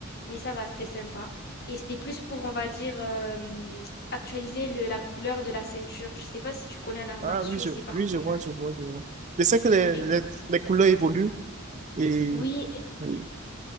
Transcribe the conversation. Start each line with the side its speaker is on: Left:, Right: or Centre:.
Left: Mais ça va, c'était sympa. Et c'était plus pour, on va dire, euh, actualiser le- la couleur de la ceinture. Je sais pas si tu connais un art
Right: Ah
Left: martiaux,
Right: oui, je,
Left: c'est par
Right: oui,
Left: couleur.
Right: je vois, je vois, je vois. Je sais
Left: Oui,
Right: que les,
Left: et-
Right: les, les couleurs évoluent et,
Left: oui,
Right: oui.